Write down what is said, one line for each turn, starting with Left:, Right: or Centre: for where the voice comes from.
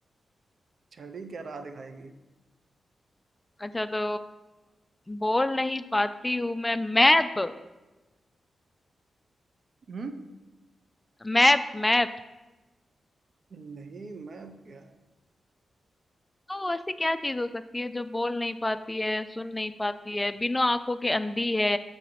Right: छड़ी क्या राह दिखाएगी
Left: अच्छा तो बोल नहीं पाती हूँ मैं मैप
Right: हम्म
Left: Map map
Right: नहीं मैं क्या है
Left: तो ऐसी क्या चीज हो सकती है जो बोल नहीं पाती है सुन नहीं पाती है बिना आंखों के अंधी है